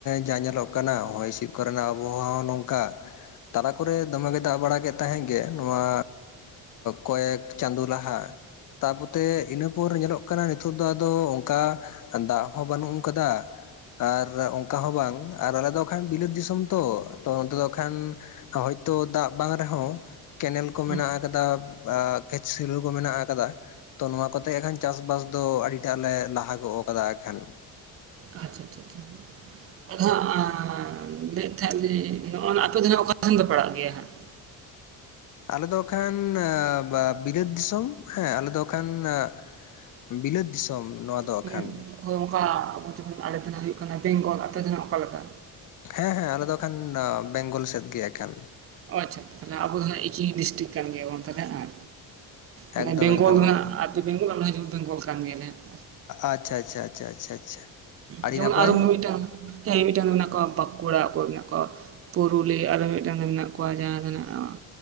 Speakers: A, on the left; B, on the right.
A: ᱡᱟ ᱧᱮᱞᱚᱜ ᱠᱟᱱᱟ ᱦᱚᱭ ᱦᱤᱸᱥᱤᱫ ᱠᱚᱨᱮᱱᱟᱜ ᱟᱵᱚᱦᱟᱣᱟ ᱦᱚᱸ ᱱᱚᱝᱠᱟ ᱛᱟᱞᱟ ᱠᱚᱨᱮ ᱫᱚᱢᱮ ᱜᱮ ᱫᱟᱜ ᱵᱟᱲᱟ ᱠᱮᱫ ᱛᱟᱦᱮᱸ ᱜᱮ ᱱᱚᱣᱟ ᱠᱚᱭᱮᱠ ᱪᱟᱸᱫᱳ ᱞᱟᱦᱟ ᱛᱟᱯᱚᱛᱮ ᱤᱱᱟᱹ ᱯᱚᱨ ᱧᱮᱞᱚᱜ ᱠᱟᱱᱟ ᱱᱤᱛᱚᱜ ᱫᱚ ᱟᱫᱚ ᱚᱱᱠᱟ ᱫᱟᱜ ᱦᱚᱸ ᱵᱟᱹᱱᱩᱜ ᱠᱟᱫᱟ ᱟᱨ ᱚᱱᱠᱟ ᱦᱚᱸ ᱵᱟᱝ ᱟᱨ ᱟᱞᱮ ᱫᱚ ᱟᱠᱷᱟᱱ ᱵᱤᱞᱟᱹᱛ ᱫᱤᱥᱚᱢ ᱛᱚ ᱛᱚ ᱚᱱᱛᱮ ᱫᱚ ᱟᱠᱷᱟᱱ ᱦᱚᱭᱛᱳ ᱫᱟᱜ ᱵᱟᱝ ᱨᱮᱦᱚᱸ ᱠᱮᱱᱮᱞ ᱠᱚ
B: ᱦᱩᱸ
A: ᱢᱮᱱᱟᱜ ᱟᱠᱟᱫᱟ ᱠᱷᱮᱪᱞᱩ ᱠᱚ ᱢᱮᱱᱟᱜ ᱟᱠᱟᱫᱟ ᱛᱚ ᱱᱚᱣᱟ ᱠᱚᱛᱮ ᱟᱠᱷᱟᱱ ᱪᱟᱥᱵᱟᱥ ᱫᱚ ᱟᱹᱰᱤᱴᱟᱜ ᱞᱮ ᱞᱟᱦᱟ ᱜᱚᱫ ᱟᱠᱟᱫᱟ ᱟᱠᱷᱟᱱ
B: ᱟᱪᱪᱷᱟ ᱟᱪᱪᱷᱟ ᱟᱫᱚ ᱦᱟᱸᱜ ᱟᱸᱻ ᱞᱟᱹᱭᱮᱫ ᱛᱟᱦᱮᱸᱜ ᱞᱤᱧ ᱱᱚᱜᱼᱚᱭ ᱟᱯᱮ ᱫᱚ ᱱᱟᱜ ᱚᱠᱟ ᱥᱮᱱ ᱯᱮ ᱯᱟᱲᱟᱜ ᱜᱮᱭᱟ ᱦᱟᱸᱜ
A: ᱟᱞᱮ ᱫᱚ ᱟᱠᱷᱟᱱ ᱵᱤᱨᱟᱹᱫ ᱫᱤᱥᱚᱢ ᱦᱮᱸ ᱟᱞᱮᱫ ᱫᱚ ᱟᱠᱷᱟᱱ ᱟᱸ ᱵᱤᱞᱟᱹᱛ ᱫᱤᱥᱚᱢ ᱱᱚᱣᱟ ᱫᱚ ᱟᱠᱷᱟᱱ
B: ᱢᱟᱱᱮ ᱦᱳᱭ ᱚᱱᱠᱟ <unintelligible> ᱟᱞᱮ ᱛᱮ ᱦᱩᱭᱩᱜ ᱠᱟᱱᱟ᱾ ᱟᱯᱮ ᱫᱚ ᱱᱚᱜ ᱚᱠᱟᱮᱠᱟ?
A: ᱦᱮᱸ ᱦᱮᱸ ᱟᱞᱮᱚ ᱮᱠᱷᱟᱱ ᱵᱮᱝᱜᱚᱞ ᱥᱮᱫ ᱜᱮ ᱮᱠᱷᱮᱱ᱾
B: ᱚᱸ ᱟᱪᱪᱷᱟ ᱛᱟᱦᱞᱮ ᱟᱵᱚ ᱫᱚ ᱦᱟᱸᱜ ᱮᱠᱤ ᱰᱤᱥᱴᱤᱠ ᱠᱟᱱ ᱜᱮᱭᱟ ᱵᱟᱝ ᱛᱟᱦᱚᱞᱮ ᱦᱟᱸᱜ
A: ᱮᱠᱫᱚᱢ
B: ᱢᱟᱱᱮ ᱵᱮᱝᱜᱚᱞ
A: ᱮᱠᱫᱚᱢ ᱜᱚᱢᱠᱮ
B: ᱨᱮᱱᱟᱜ ᱵᱮᱝᱜᱚᱞ ᱟᱨ ᱦᱤᱡᱩᱜ ᱵᱮᱝᱜᱚᱞ ᱠᱟᱱ ᱜᱮᱭᱟᱞᱮ ᱦᱟᱜ᱾
A: ᱟᱪᱪᱷᱟ ᱟᱪᱪᱷᱟ ᱪᱷᱟ ᱪᱷᱟ ᱪᱷᱟ ᱟᱹᱰᱤ
B: ᱡᱮᱢᱚᱱ
A: ᱱᱟᱯᱟᱭ᱾
B: ᱟᱨᱚ ᱢᱤᱼᱢᱤᱫᱴᱟᱝ ᱦᱮᱸ ᱢᱤᱫᱴᱟᱝ ᱫᱚ ᱢᱮᱱᱟᱜ ᱠᱚᱣᱟ ᱵᱟᱸᱠᱩᱲᱟ, ᱚᱠᱚ ᱢᱮᱱᱟᱜ ᱠᱚᱣᱟ ᱯᱩᱨᱩᱞᱤ ᱟᱨᱚ ᱢᱤᱫᱴᱟᱝ ᱫᱚ ᱢᱮᱱᱟᱜ ᱠᱚᱣᱟ ᱡᱟᱦᱟᱸ ᱫᱚᱱᱟ ᱚᱸ